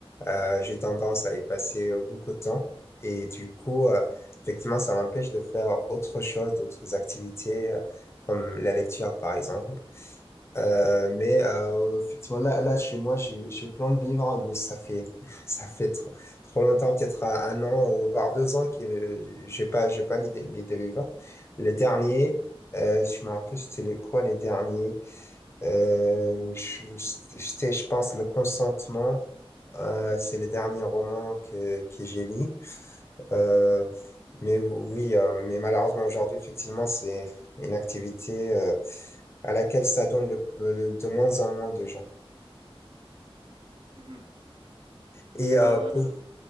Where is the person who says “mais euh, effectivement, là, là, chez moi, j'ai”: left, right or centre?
Left